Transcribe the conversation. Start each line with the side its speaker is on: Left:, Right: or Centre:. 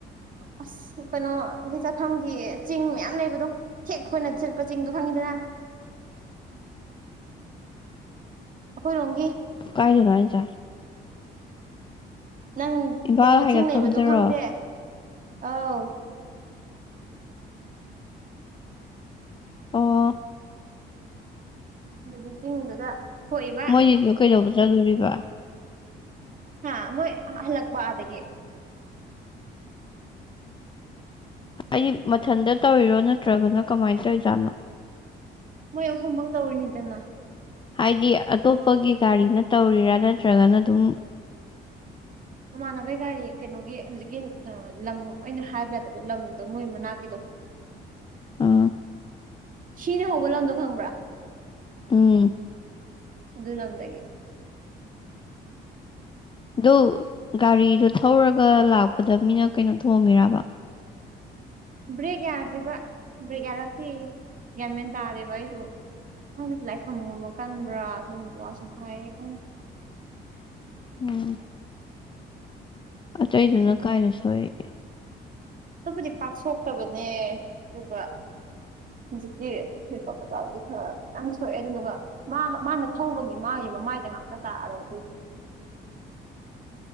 Right: ꯑꯁ ꯀꯩꯅꯣꯒꯤ ꯆꯠꯐꯝꯒꯤ ꯆꯤꯡ ꯃꯌꯥꯝ ꯂꯩꯕꯗꯣ ꯊꯦꯛ ꯈꯣꯏꯅ ꯆꯠꯄ ꯆꯤꯡꯗꯣ ꯈꯪꯉꯤꯗꯅ ꯑꯈꯣꯏꯔꯣꯡꯝꯒꯤ
Left: ꯀꯥꯏꯗꯅꫭ ꯍꯥꯏꯖꯦ
Right: ꯅꯪ
Left: ꯏꯝꯐꯥꯜ
Right: ꯀꯩꯅꯣ
Left: ꯍꯥꯏꯒꯠꯐꯝꯗꯔꯣ
Right: ꯆꯤꯡ ꯂꯩꯕꯗꯣ ꯈꯪꯗꯦ ꯑꯥꯎ
Left: ꯑꯣ
Right: ꯑꯗꯨꯒꯤ ꯆꯤꯡꯗꯨꯗ ꯊꯣꯛꯏꯕ
Left: ꯃꯣꯏꯗꯤ ꯑꯗꯨꯗ ꯀꯩꯗꯧꯕ ꯆꯠꯂꯨꯔꯤꯕ
Right: ꯍꯥ ꯃꯣꯏ ꯍꯜꯂꯛꯄ ꯑꯥꯗꯒꯤ
Left: ꯑꯩꯗꯤ ꯃꯊꯟꯇ ꯇꯧꯔꯤꯔꯣ ꯅꯠꯇ꯭ꯔꯒꯅ ꯀꯃꯥꯏꯟ ꯇꯧꯔꯤꯖꯥꯠꯅꯣ
Right: ꯃꯣꯏ ꯑꯍꯨꯝꯃꯒ ꯇꯧꯔꯤꯅꯤꯗꯅ
Left: ꯍꯥꯏꯗꯤ ꯑꯇꯣꯞꯄꯒꯤ ꯒꯥꯔꯤꯅ ꯇꯧꯔꯤꯔ ꯅꯠꯇ꯭ꯔꯒꯅ ꯑꯗꯨꯝ
Right: ꯃꯃꯥꯟꯅꯕꯩ ꯒꯥꯔꯤ ꯀꯩꯅꯣꯒꯤ ꯍꯧꯖꯤꯛꯀꯤ ꯂꯝ ꯑꯩꯅ ꯍꯥꯏꯕ ꯌꯥꯗꯕ ꯂꯝꯗꯣ ꯃꯣꯏ ꯃꯅꯥꯛꯀꯤꯗꯣ <inaudible>
Left: ꯎꯝ
Right: ꯁꯤꯅ ꯍꯧꯕ ꯂꯝꯗꯣ ꯈꯪꯕ꯭ꯔ
Left: ꯎꯝ
Right: ꯑꯗꯨ ꯂꯝꯗꯒꯤ
Left: ꯑꯗꯨ ꯒꯥꯔꯤꯗꯣ ꯊꯧꯔꯒ ꯂꯥꯛꯄꯗ ꯃꯤꯅ ꯀꯩꯅꯣ ꯊꯣꯝꯃꯤꯔꯕ
Right: ꯕ꯭ꯔꯦꯛ ꯌꯥꯗ꯭ꯔꯤꯕ ꯕ꯭ꯔꯦꯛ ꯌꯥꯔꯛꯇꯦꯌꯦ ꯒ꯭ꯌꯥꯟꯃꯦꯟ ꯇꯥꯗꯦꯕ ꯑꯩꯁꯨ <unintelligible> ꯂꯥꯏꯐꯝꯒꯨꯝꯕ ꯀꯟꯕ꯭ꯔ ꯑꯗꯨꯒꯨꯝꯕ ꯋꯥ ꯁꯨꯝ ꯍꯥꯏꯌꯦ ꯑꯩ <unintelligible>
Left: ꯎꯝ ꯑꯇꯩꯗꯨꯅ ꯀꯥꯏꯗ ꯁꯣꯛꯏ
Right: ꯑꯇꫭꯞꯄꯗꯤ ꯄꯥꯛ ꯁꯣꯛꯇꯕꯅꯦ ꯑꯗꯨꯒ ꯍꯧꯖꯤꯛꯀꯤ <unintelligible> ꯈꯔ ꯈꯤꯇꯪ ꯁꯣꯛꯑꯦ ꯑꯗꯨꯗꯨꯒ ꯃꯥ ꯃꯥꯅ ꯊꯧꯕꯒꯤ ꯃꯥꯒꯤ ꯃꯃꯥꯏꯗ ꯉꯥꯛꯇ ꯇꯥꯔꯕ ꯑꯗꯨꯒꯤ